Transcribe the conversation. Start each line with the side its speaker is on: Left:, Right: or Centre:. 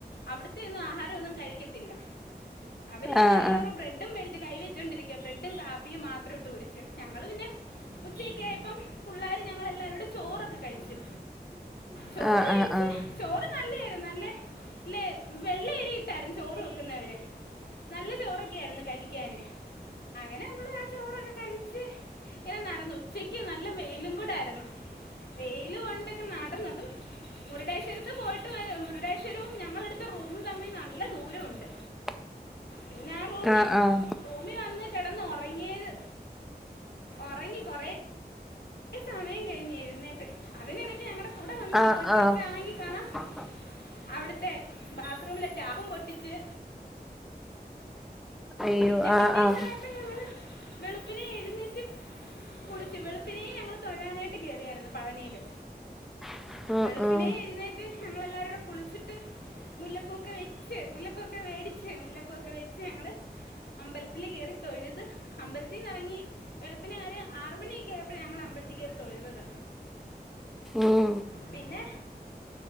Left: അവിടത്തെൊന്നും ആഹാരം ഒന്നും കഴിക്കത്തില്ല അവര് പിന്നെ
Centre: ആഹ് ആഹ് ആഹ് ആഹ്
Left: ഒരേ ബ്രെഡും മേടിച്ച് കൈ വെച്ചോണ്ടിരിക്ക ബ്രെഡും കാപ്പിയും മാത്രം ഇട്ട് കുടിച്ച് ഞങ്ങള്ൾ പിന്നെ ഉച്ചക്കയപ്പം പിള്ളോര് ഞങ്ങൾ എല്ലാരോടെ ചോറൊക്കെ കഴിച്ചു
Centre: <inaudible>
Left: ചോറ് കഴിച്ച
Centre: ആഹ് ആഹ് ആഹ്
Left: ചോറ് നല്ലായിരുന്നു നല്ലേ ഇല്ലെ വെള്ളയരിയിട്ടായി ചോറ് വെക്കുന്നവര് നല്ല ചോറൊക്കെയ ആായിരുന്നു കഴിക്കാന് അങ്ങനെ നമ്മള് ആ ചോറൊക്കെ കഴിച്ച് ഇങ്ങനെ നടന്നു ഉച്ചക്ക് നല്ല വെയിലും കൂടൊയിരുന്നു. വെയിയില് കൊണ്ടൊക്കെ നടന്നതും മുരുടേശ്വരത്ത് പോയിട്ട് വ മുരുടേശ്വരവും ഞങ്ങളടുത്ത റൂമും തമ്മിൽ നല്ല ദൂരമുണ്ട്
Centre: <inaudible>
Left: പിന്നെ ആ റൂമിൽ
Centre: ആഹ് ആഹ്
Left: റൂമിൽ വന്നിട്ട കിടന്ന ഉറങ്ങിയത് ഉറങ്ങി കൊറേ സമയം കഴിഞ്ഞു എഴുന്നേറ്റ അതിനിടയ്ക്ക് ഞങ്ങളടെ കൂടെ വന്നൊരു
Centre: ആഹ്
Left: കൊച് കൊച്ണെങ്കിൽ
Centre: ആഹ്
Left: കാണാം
Centre: <unintelligible>
Left: അവിടുത്തെ ബാത്ത്റൂമിലെ ടാപ്പും പൊട്ടിച്ച്
Centre: അയ്യോ
Left: പിന്നെ
Centre: ആഹ്
Left: പിറ്റേന്ന്യപ്പോ
Centre: ആഹ്
Left: ആണ് വെളുപ്പിനെ എഴുന്നേറ്റ് കുളിച്ചു പിന്നെ ഞങ്ങള്ൾ തൊഴാനായിട്ട് കയറിയായിരുന്നു പയനിയില്.
Centre: <unintelligible>
Left: വെളുപ്പിനെ
Centre: ഉം
Left: എഴുന്നേറ്റ്് ഞങ്ങളെല്ലാരുംടെ കുളിച്ചിട്ട് മുല്ലപ്പൂക്കെ വെച്ച് മുല്ലപ്പൊക്കെ മേടിച്ച് മുല്ലപ്പൊക്കെ വെച്ച് ഞങ്ങള് അമ്പലത്തില കയറി തൊഴുത് അമ്പലത്തിൽ നിന്ന ഇറങ്ങി വെളുപ്പിനന്ാര് ആറുമണി യപ്പോഴ ഞങ്ങൾ അമ്പലത്തി കയറി തൊഴുതത്
Centre: ഉം
Left: പിന്നെ